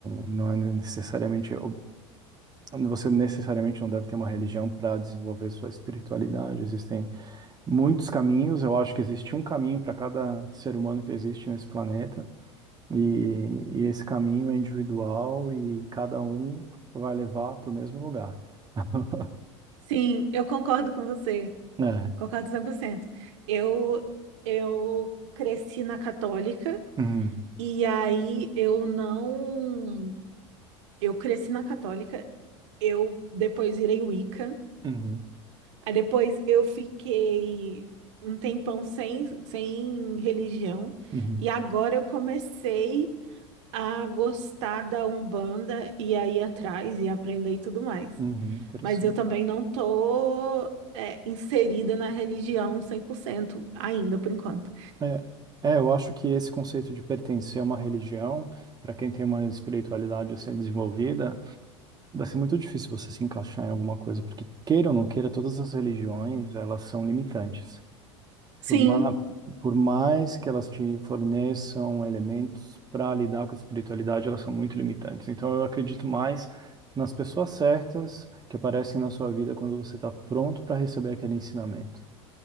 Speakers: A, on the right; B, on the right.
A: não é necessariamente. Você necessariamente não deve ter uma religião para desenvolver sua espiritualidade. Existem muitos caminhos. Eu acho que existe um caminho para cada ser humano que existe nesse planeta. E, e esse caminho é individual e cada um vai levar para o mesmo lugar. <laughs>
B: Sim, eu concordo com você.
A: É.
B: Concordo 100%. Eu, eu cresci na católica
A: Uhum,
B: e aí eu não. Eu cresci na católica, eu depois virei Wicca.
A: uhum,
B: Aí depois eu fiquei um tempão sem, sem religião,
A: uhum,
B: e agora eu comecei a gostar da Umbanda e a ir atrás e aprender e tudo mais.
A: uhum, interessante.
B: Mas eu também não tô, é, inserida na religião 100% ainda, por enquanto.
A: É, é, eu acho que esse conceito de pertencer a uma religião, para quem tem uma espiritualidade a ser desenvolvida, vai ser muito difícil você se encaixar em alguma coisa, porque queira ou não queira, todas as religiões, elas são limitantes.
B: Sim,
A: Por, ma- por mais que elas te forneçam elementos para lidar com a espiritualidade, elas são muito limitantes. Então, eu acredito mais nas pessoas certas que aparecem na sua vida quando você está pronto para receber aquele ensinamento.